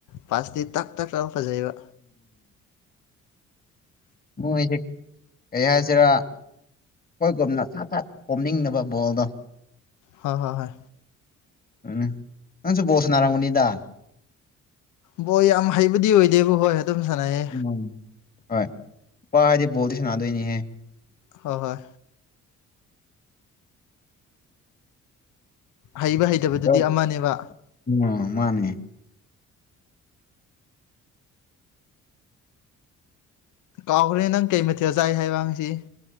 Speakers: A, on the left; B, on the left.
A: ꯄꯥꯁꯇꯤ ꯇꯛ ꯇꯛ ꯇꯅ ꯐꯖꯩꯕ
B: ꯑꯣ ꯀꯩ ꯍꯥꯏꯁꯤꯔꯥ ꯑꯩꯈꯣꯏꯒꯨꯝꯅ ꯊꯥꯠ ꯊꯥꯠ ꯀꯣꯝꯅꯤꯡꯅꯕ ꯕꯣꯜꯗꯣ
A: ꯍꯣꯏ ꯍꯣꯏ ꯍꯣꯏ
B: ꯎꯝ ꯍꯁ ꯕꯁꯅꯔꯝꯃꯅꯤꯗꯗꯥ
A: ꯕꯣꯏ ꯌꯥꯝ ꯍꯩꯕꯗꯤ ꯑꯣꯏꯗꯦꯕ ꯍꯣꯏ ꯑꯗꯨꯝ ꯁꯥꯟꯅꯩꯌꯦ
B: ꯎꯝ ꯍꯣꯏ ꯏꯄꯥ ꯍꯥꯏꯗꯤ ꯕꯣꯜꯗꯤ ꯁꯥꯟꯅꯥꯗꯣꯏꯅꯤꯍꯦ
A: ꯍꯣꯏ ꯍꯣꯏ ꯍꯩꯕ ꯍꯩꯇꯕꯗꯨꯗꯤ
B: ꯑꯣ
A: ꯑꯃꯅꯦꯕ
B: ꯎꯝ ꯃꯥꯅꯦ
A: ꯀꯥꯎꯈ꯭ꯔꯦ ꯅꯪ ꯀꯩ ꯃꯊꯦꯜ ꯆꯥꯏ ꯍꯥꯏꯕꯁꯤ